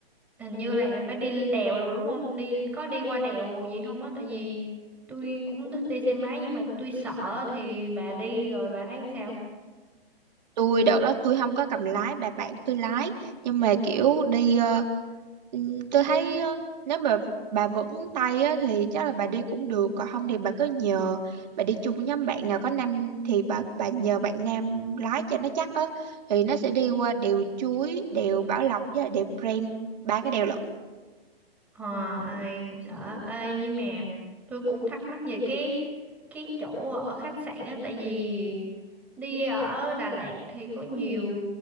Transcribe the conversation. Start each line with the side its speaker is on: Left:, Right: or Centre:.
Centre: hình như là phải đi lên đèo rồi đúng không? Đi có đi qua đèo gì không á? Tại vì tôi cũng thích đi xe máy nhưng mà tôi sợ thì bà đi rồi bà thấy sao?
Right: tôi đợt đó tôi không có cầm lái bà bạn tôi lái nhưng mà kiểu đi ờ, Ừ, tôi thấy ờ, nếu mà bà vững tay á, thì chắc là bà đi cũng được còn không thì bà cứ nhờ bà đi chung với nhóm bạn nào có nam thì bà bà nhờ bạn nam lái cho nó chắc á thì nó sẽ đi qua đèo Chuối đèo Bảo Lộc với lại đèo Prenn ba cái đèo lận
Centre: Ờ, ai cũng sợ Ê, nhưng mà tôi cũng thắc mắc về cái cái chỗ ở khách sạn á tại vì đi ở Đà Lạt thì có nhiều